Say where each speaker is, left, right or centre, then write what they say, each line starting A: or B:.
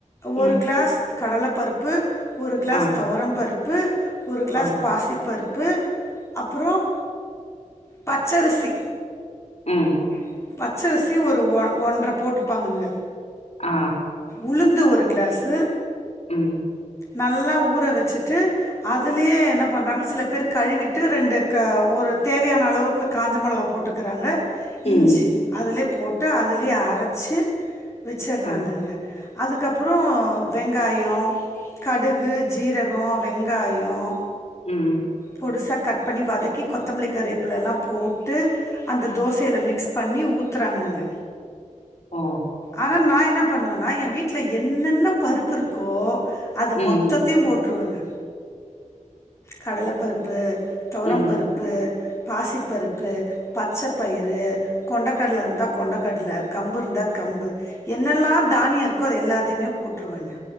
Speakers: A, on the left (about 20°); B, on the left (about 50°).
A: ஒரு
B: ம்
A: கிளாஸ் கடல பருப் பு ஒரு கிளாஸ்
B: ஆ
A: தொவரம் பருப் பு ஒரு கிளாஸ்
B: ஓ
A: பாசி பருப்பு அப்புறம் பச்சரிசி
B: ம்
A: ம் பச்சரிசி ஒரு ஒ ஒன்றர போட்டுப்பாங்கங்க
B: ஆ
A: உளுந்து ஒ ஒரு கிளாஸு
B: உம்
A: நல்லா ஊற வச்சிட்டு அதுலயே என்ன பண்ணுறாங்க சில பேர் கழுவிட்டு ரெண்டு க ஒரு தேவையான அளவுக்கு காஞ்ச மிளகா போட்டுக்கிறாங்க
B: ம்
A: இஞ்சு அதுலயே போட்டு அதுலயே அரைச்சி வச்சிறுறாங்கங்க
B: ஆ
A: அதுக்கப்புறம் வெங்காயம் கடுகு ஜீரகம் வெங்காயம்
B: ம்
A: பொடுசா கட் பண்ணி வதக்கி கொத்தமல்லி கருவேப்பில எல்லா போட்டு அந்த தோசையில மிக்ஸ் பண்ணி ஊத்துறாங்கங்க
B: ஓ
A: ஆனால் நான் என்ன பண்ணுவேனா என் வீட்ல என்னென்ன பருப்பு இருக்கோ அது
B: ம்
A: மொத்தத்தையும் போட் விட்டுருவேங்க கடலைப்பருப்பு துவரம்
B: ம்
A: பருப்பு பாசிப்பருப்பு பச்சை பயிறு கொண்டக்கடலை இருந்தால் கொண்டக்கடலை கம்பு இருந்தா கம்பு என்னெல்லாம் தானியம் இருக்கோ அது எல்லாத்தையுமே போட்டுருவேங்க